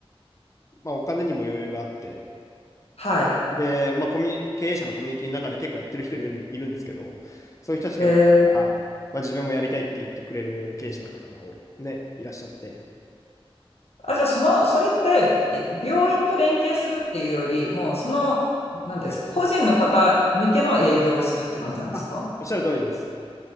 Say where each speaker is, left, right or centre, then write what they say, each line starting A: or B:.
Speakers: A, on the left (about 30°); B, on the left (about 85°).
A: まあお金にも余裕があって、
B: はい。
A: で、まあコミュニ、経営者のコミュニティの中で結構やってる人いるんいるんですけど、そういう人たちがやったら、
B: えー、
A: まあ自分もやりたいって言ってくれる経営者の方がおね、いらっしゃって、
B: あ、じゃあその、それって、い病院と連携するっていうより、もうその、なんていうんですか、
A: はい
B: 個人の方向けの営業をするって感じなんですか
A: あ、おっしゃる通りです。